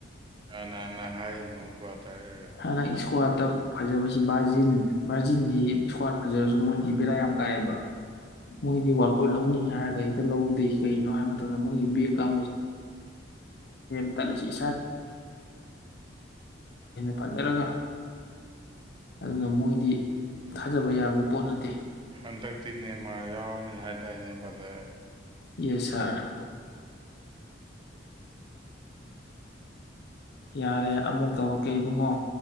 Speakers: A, on the right; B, on the left.
A: ꯀꯥꯅꯥꯅ ꯍꯥꯏꯅꯣ ꯕꯔꯗꯔ
B: ꯅꯩꯅ <unintelligible> ꯏꯁꯀ꯭ꯋꯥꯠꯇ ꯐꯖꯕꯁꯤ ꯕꯥꯔꯖꯤꯟ ꯕꯥꯔꯖꯤꯟꯂꯤ ꯏꯁꯀ꯭ꯋꯥꯠ ꯐꯖꯔꯁꯨ ꯃꯣꯏꯗꯤ ꯕꯦꯔꯥ ꯌꯥꯝ ꯀꯥꯏꯑꯦꯕ ꯃꯣꯏꯗꯤ ꯋꯥꯔꯀꯞ ꯂꯧꯅꯤ ꯍꯥꯏꯔꯒ ꯍꯦꯛꯇ ꯂꯧꯗꯦ ꯀꯔꯤꯒꯤꯅꯣ ꯍꯥꯏꯕ ꯃꯇꯝꯗ ꯃꯣꯏꯒꯤ ꯕꯦꯚ <unintelligible> ꯇꯠꯂꯤꯁꯤ <unintelligible> ꯐꯖꯔꯒ ꯑꯗꯨꯅ ꯃꯣꯏꯗꯤ ꯊꯥꯖꯕ ꯌꯥꯕ ꯄꯣꯠ ꯅꯠꯇꯦ
A: ꯍꯟꯗꯛꯇꯤ ꯅꯦꯃꯥꯔ ꯌꯥꯎꯔꯅꯤ ꯍꯥꯏꯗꯥꯏꯅꯦ ꯕꯗꯔ
B: ꯌꯦꯁ ꯁꯥꯔ
A: <unintelligible>
B: ꯌꯥꯔꯦ ꯑꯃꯨꯛ ꯇꯧꯔꯛꯀꯦ ꯏꯕꯨꯡꯉꯣ